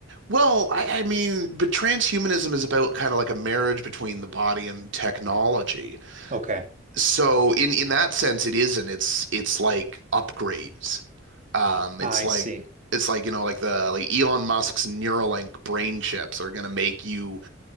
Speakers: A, on the right; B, on the right.
A: Well, I, I mean, but transhumanism is about kind of like a marriage between the body and technology.
B: Okay,
A: So in in that sense, it isn't. It's it's like upgrades. Um,
B: I
A: it's like
B: see.
A: it's like you know, like the like Elon Musk's Neuralink brain chips are gonna make you,